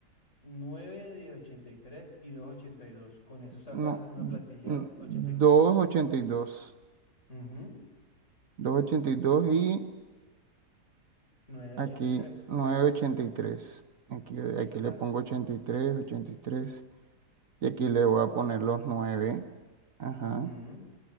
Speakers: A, on the left; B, on the right.
A: 9 de ochenta y tres y y dos de ochenta y dos. Con eso sacas
B: No,
A: una plantilla
B: n-
A: 83.
B: 282. ochenta y dos
A: Ujú,
B: doscientos ochenta y dos y
A: 9 de
B: aquí
A: ochenta y tres.
B: novecientos ochenta y tres Aquí,
A: Sí,
B: aquí
A: claro.
B: le pongo ochenta y tres ochenta Y tres y aquí le voy a poner los nueve Ajá.
A: Ujú.